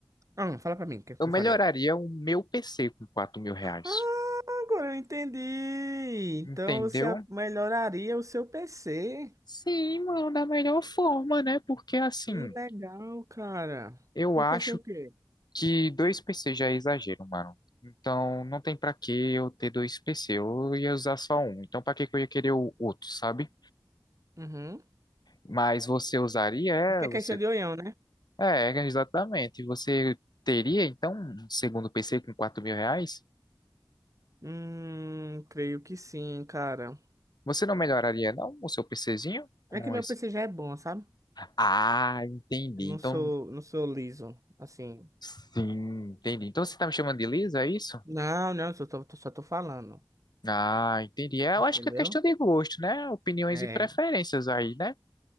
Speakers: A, on the right; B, on the left.
A: Ah, fala pra mim, o que
B: Eu melhoraria
A: eu faria?
B: o meu PC com quatro mil reais.
A: Ah, agora eu entendi.
B: Entendeu?
A: Então você a- melhoraria o seu PC.
B: Sim, mano, da melhor forma, né? Porque assim,
A: Que legal, cara.
B: eu
A: Porque
B: acho
A: assim o quê?
B: que dois PCs já é exagero, mano. Então, não tem pra que eu ter dois PC, eu ia usar só um. Então, pra que que eu ia querer o outro, sabe?
A: Uhum.
B: Mas você usaria, é,
A: Isso que é
B: você
A: questão de olhão, né?
B: É, exatamente. Você teria, então, um segundo PC com quatro mil reais?
A: Hum, creio que sim, cara.
B: Você não melhoraria, não, o seu PCzinho com
A: É que meu
B: isso?
A: PC já é bom, sabe?
B: Ah, entendi.
A: Eu não
B: Então,
A: sou, não sou liso, assim.
B: sim, entendi. Então, você tá me chamando de Lisa, é isso?
A: Não, não, só tô, só tô falando.
B: Ah, entendi. É, Eu
A: Entendeu?
B: acho que é questão de gosto, né? Opiniões
A: É.
B: e preferências aí, né?